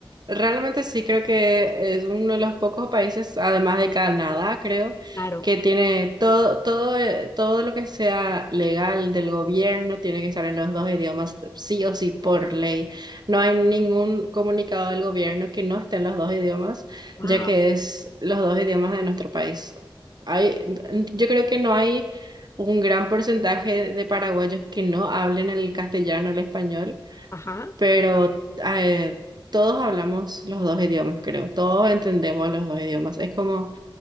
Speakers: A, on the right; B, on the left.
A: Realmente sí creo que es uno de los pocos países, además de Canadá, creo,
B: Claro.
A: que tiene todo, todo, eh, todo lo que sea legal del gobierno tiene que estar en los dos idiomas, sí o sí, por ley. No hay ningún comunicado del gobierno que no esté en los dos idiomas,
B: Wow,
A: ya que es los dos idiomas de nuestro país. Hay, yo creo que no hay un gran porcentaje de paraguayos que no hablen el castellano o el español
B: Ajá.
A: pero eh, todos hablamos los dos idiomas, creo, todos entendemos los dos idiomas, es como